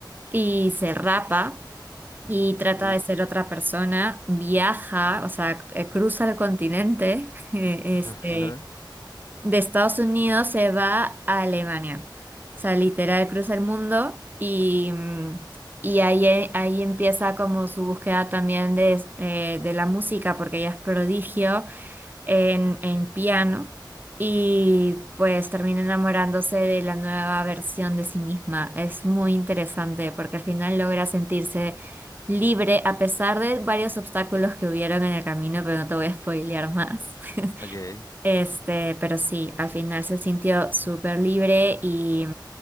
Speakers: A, on the right; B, on the left.
A: y se rapa y trata
B: Uf.
A: de ser otra persona. Viaja, o sea, eh, cruza el continente. <laughs> Este
B: Ajá,
A: de Estados Unidos se va a Alemania. O sea, literal cruza el mundo y, mm, y ahí, eh, ahí empieza como su búsqueda también de, eh, de la música, porque ella es prodigio en, en piano y pues termina enamorándose de la nueva versión de sí misma. Es muy interesante porque al final logra sentirse libre a pesar de varios obstáculos que hubieron en el camino, pero no te voy a spoilear más. <laughs>
B: Ok.
A: Este, pero sí, al final se sintió súper libre y,